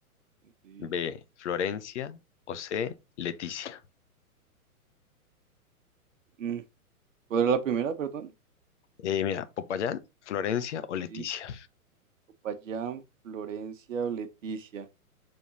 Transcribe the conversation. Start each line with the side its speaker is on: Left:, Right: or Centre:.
Right: Sí.
Left: B. Florencia. O C. Leticia.
Right: Mm, ¿Cuál era la primera, perdón?
Left: Eh, mira, Popayán, Florencia o
Right: Sí.
Left: Leticia.
Right: Popayán, Florencia o Leticia.